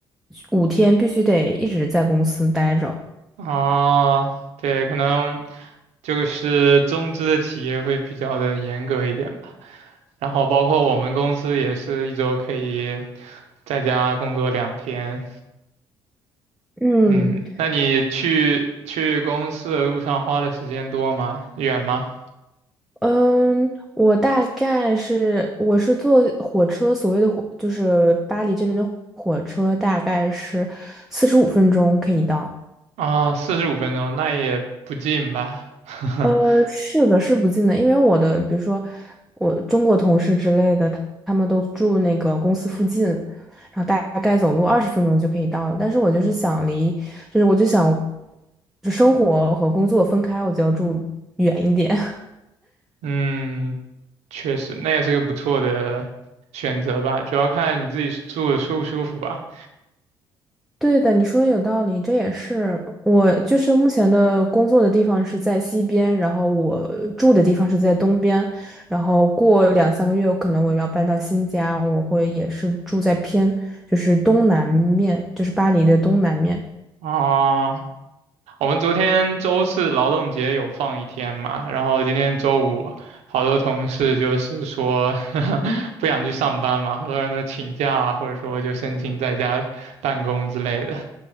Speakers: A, in the centre; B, on the right.
A: 五天必须得一直在公司待着。
B: 啊，对，可能就是中资的企业会比较的严格一点吧，然后包括我们公司也是一周可以在家工作两天。
A: 嗯
B: 嗯，那你去去公司的路上花的时间多吗？远吗？
A: 嗯，我大概是我是坐火车，所谓的火就是巴黎这边的火车，大概是四十五分钟可以到。
B: 啊，四十五分钟，那也不近吧？<laughs>
A: 呃，是的，是不近的，因为我的，比如说我中国同事之类的，他们都住那个公司附近，然后大概走路二十分钟就可以到了。但是我就是想离，就是我就想，就生活和工作分开，我就要住远一点。<laughs>
B: 嗯，确实，那也是个不错的选择吧，主要看你自己住的舒不舒服吧。
A: 对的，你说的有道理，这也是我就是目前的工作的地方是在西边，然后我住的地方是在东边，然后过两三个月可能我要搬到新家，我会也是住在偏就是东南面，就是巴黎的东南面。
B: 啊，我们昨天周四劳动节有放一天嘛，然后今天周五，好多同事就是说 <laughs> 不想去上班嘛，很多人都请假啊，或者说就申请在家办公之类的。